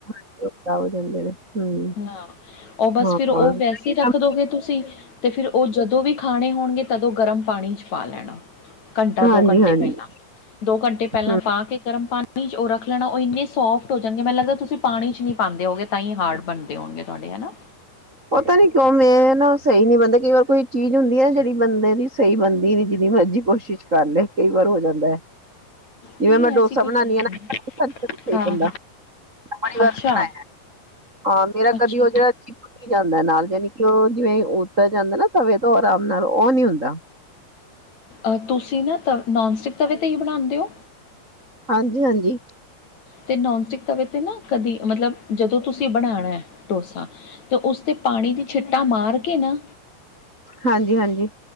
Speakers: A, on the right; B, on the left.
A: ਖਰਾਬ ਹੋ ਜਾਂਦੇ ਨੇ ਹਮ
B: ਨਾ ਉਹ ਬਸ,
A: ਹਾਂ
B: ਫਿਰ ਉਹ
A: ਹਾਂ
B: ਵੈਸੇ ਹੀ ਰੱਖ ਦੋਗੇ ਤੁਸੀਂ ਤੇ ਫਿਰ ਉਹ ਜਦੋਂ ਵੀ ਖਾਣੇ ਹੋਣਗੇ, ਤਦੋਂ ਗਰਮ ਪਾਣੀ ਚ ਪਾ ਲੈਣਾ, ਘੰਟਾ
A: ਹਾਂਜੀ
B: ਦੋ ਘੰਟੇ
A: ਹਾਂਜੀ
B: ਪਹਿਲਾਂ ਦੋ ਘੰਟੇ ਪਹਿਲਾਂ
A: ਹਮ
B: ਪਾ ਕੇ ਗਰਮ ਪਾਣੀ ਚ, ਉਹ ਰੱਖ ਲੈਣਾ, ਉਹ ਇੰਨੇ ਸੋਫਟ ਹੋ ਜਾਂਣਗੇ ਮੈਨੂੰ ਲੱਗਦਾ ਤੁਸੀਂ ਪਾਣੀ 'ਚ ਨਹੀਂ ਪਾਉਂਦੇ ਹੋਗੇ, ਤਾਂ ਹੀ ਹਾਰਡ ਬਣਦੇ ਹੋਣਗੇ, ਤੁਹਾਡੇ ਹੈ ਨਾ
A: ਪਤਾ ਨਈ, ਕਿਉਂ ਮੇ ਨਾ ਉਹ ਸਹੀ ਨਈ ਬਣਦੀ, ਕਈ ਵਾਰ ਕੋਈ ਚੀਜ਼ ਹੁੰਦੀ ਹੈ, ਨਾ ਜਿਹੜੀ ਬੰਦੇ ਦੀ ਸਹੀ ਬਣਦੀ ਨਈ, ਜਿਨੀ ਮਰਜ਼ੀ ਕੋਸ਼ਿਸ਼ ਕੁਛ ਗੱਲ, ਕਈ ਵਾਰ ਹੋ, ਜਾਂਦਾ ਜਿਵੇਂ
B: ਨਹੀਂ
A: ਮੈਂ,
B: ਐਸੀ
A: ਡੋਸਾ
B: ਕੋਈ
A: ਬਣਾਣੀ
B: ਗੱਲ
A: ਆ ਨਾ,
B: ਨਹੀਂ।
A: ਸਹੀ
B: ਹਾਂ
A: ਨਈ ਬਣਦਾ
B: ਹਾਂ,
A: ਬੜੀ ਵਾਰ
B: ਅੱਛਾ,
A: ਬਣਾਇਆ ਆ ਮੇਰਾ
B: ਅੱਛਾ
A: ਕਦੀ ਹੋ ਜਿਹੜਾ ਚਿਪਕੀ ਜਾਂਦਾ ਨਾਲ, ਜਾਣੀ ਕਿ ਉਹ ਜਿਵੇਂ, ਉਤਰ ਜਾਂਦਾ ਨਾ ਤਵੇ ਤੋਂ, ਆਰਾਮ ਨਾਲ ਉਹ ਨੀ ਹੁੰਦਾ
B: ਅ ਤੁਸੀਂ ਨਾ ਨੋਨ ਸਟਿਕ ਤਵੇ ਤੇ, ਹੀ ਬਣਾਉਂਦੇ ਹੋ?
A: ਹਾਂਜੀ -ਹਾਂਜੀ।
B: ਤੇ ਨੋਨ ਸਟਿਕ ਤਵੇ ਤੇ ਨਾ, ਕਦੀ ਮਤਲਬ ਜਦੋਂ ਤੁਸੀਂ ਬਣਾਣਾ, ਹੈ ਡੋਸਾ ਤੇ ਉਸ ਤੇ ਪਾਣੀ ਦੀ ਛਿੱਟਾ, ਮਾਰ ਕੇ ਨਾ
A: ਹਾਂਜੀ ਹਾਂਜੀ